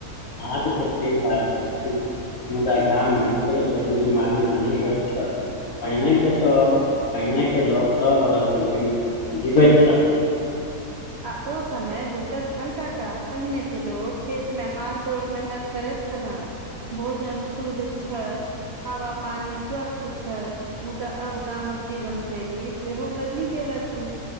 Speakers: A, on the left (about 65°); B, on the right (about 75°).
A: अहाँके तऽ ठीक बात कहै छी। मुदा गाम में ककरो जल्दी बीमारी नाहि होइत छल। पाहिनेके तऽ पाहिनेके लोक सौ बरस तक जीब जीबैत छला।
B: आ ओ समय दूसर छलका- पहिनेके लोक खेत में हार तोड़ मेहनत करैत छलाह। भोजन शुद्ध छल हवा पानी स्वच्छ छल। मुदा अब गामक जीवन शैली सेहो बदली गेल अछि।